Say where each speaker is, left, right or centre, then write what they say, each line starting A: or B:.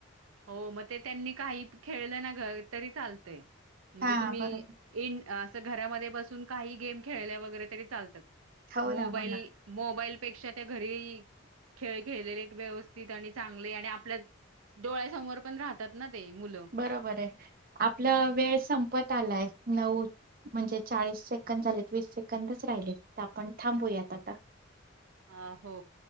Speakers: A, on the right; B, on the right.
A: हो, मग ते त्यांनी काही खेळलं ना घरी तरी चालतय म्हणजे
B: हा
A: तुम्ही
B: बरोबर.
A: इन असं घरामध्ये बसून काही गेम खेळल्या वगैरे तरी चालतात.
B: हो
A: मोबाईल
B: ना हो ना
A: मोबाईलपेक्षा त्या घरी खेळ खेळलेले व्यवस्थित आणि चांगले आणि आपल्या डोळ्यासमोर पण राहतात ना ते मुलं.
B: बरोबर आहे आपला वेळ संपत आलाय नऊ म्हणजे चाळीस‌ से कंद झाले वीस सेकंदच राहिले तर आपण थांबूयात आता.
A: आ हो.